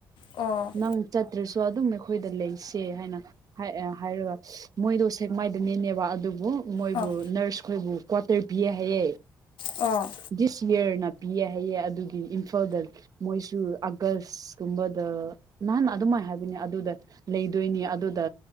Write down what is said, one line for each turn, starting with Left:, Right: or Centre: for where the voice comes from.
Left: ꯑꯣ
Right: ꯅꯪ ꯆꯠꯇ꯭ꯔꯁꯨ__ ꯇꯣ ꯑꯗꯨꯝ ꯑꯈꯣꯏꯗ ꯂꯩꯁꯦ ꯍꯥꯏꯅ ꯍꯥꯏꯑꯦ ꯍꯥꯏꯔ__ ꯃꯣꯏꯗꯣ ꯁꯦꯛꯃꯥꯏꯗꯅꯦꯅꯦꯕ ꯑꯗꯨꯕꯨ ꯃꯣꯏꯕꯨ
Left: ꯑꯣ
Right: ꯅꯔꯁ ꯈꯣꯏꯕꯨ ꯀ꯭ꯋꯥꯇꯔ ꯄꯤꯌꯦ ꯍꯥꯏꯌꯦ
Left: ꯑꯣ
Right: ꯗꯤꯁ ꯌꯔꯅ ꯄꯤꯌꯦ ꯍꯥꯏꯌꯦ ꯑꯗꯨꯒꯤ ꯏꯝꯐꯥꯜꯗ ꯃꯣꯏꯁꯨ ꯑꯥꯒꯁꯀꯨꯝꯕꯗ ꯅꯍꯥꯟ ꯑꯗꯨꯃꯥꯏ ꯍꯥꯏ__ ꯕꯅꯦ ꯑꯗꯨꯗ ꯂꯩꯗꯣꯏꯅꯤ ꯑꯗꯨꯗ